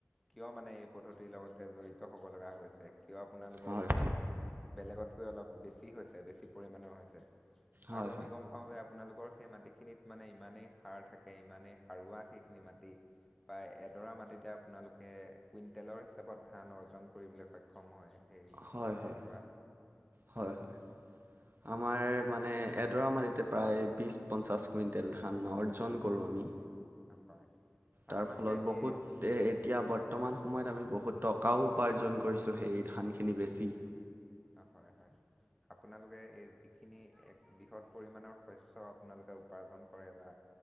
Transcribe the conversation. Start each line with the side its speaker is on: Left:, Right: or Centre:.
Centre: কিয় মানে এই পদ্ধতিৰ লগতে জড়িত হ'ব লগা হৈছে। কিয় আপোনালোকৰ
Right: হয়
Centre: উপাৰ্জন বেলেগতকৈ অলপ বেছি হৈছে। বেছি পৰিমামানৰ হৈছে।
Right: হয়
Centre: আৰু
Right: হয়
Centre: আমি গ'ম পাওঁ যে। আপোনালোকৰ সেই মাটিখিনিত মানে ইমানেই সাৰ থাকে ইমানেই সাৰুৱা সেইখিনি মাটি বা এডৰা মাটিতে আপোনালোকে কুইণ্টেলৰ হিচাপত ধান অৰ্জন কৰিবলৈ সক্ষম হয়। সেই
Right: হয়,
Centre: পথাৰৰ
Right: হয়,
Centre: পৰা
Right: হয়, হয়, আমাৰ মানে। এডৰা মাটিতে প্ৰায় বিশ-পঞ্চাছ কুইণ্টেল ধান অৰ্জন কৰোঁ আমি,
Centre: হয় আপোনালোকে
Right: তাৰ ফলত বহুতে
Centre: এই যোনখিনি
Right: এতিয়া বৰ্তমান সময়ত আমি বহুত টকাও উপাৰ্জন কৰিছোঁ সেই ধানখিনি বেছি।
Centre: হয়, হয়। আপোনালোকে এই যিখিনি বৃহৎ পৰিমানৰ শস্য আপোনালোকে উপাৰ্জন কৰে বা।